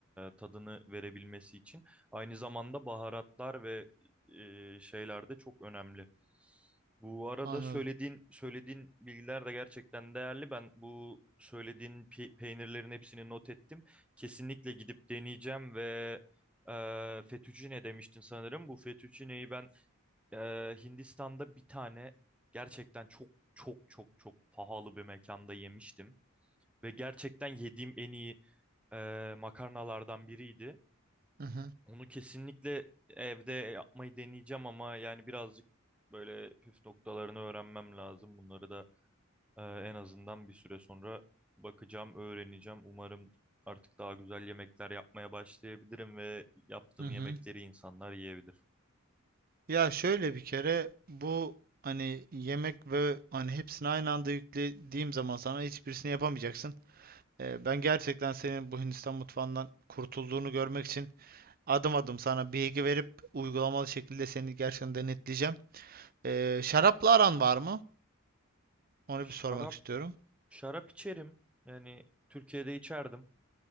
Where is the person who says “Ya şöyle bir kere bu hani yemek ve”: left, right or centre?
Right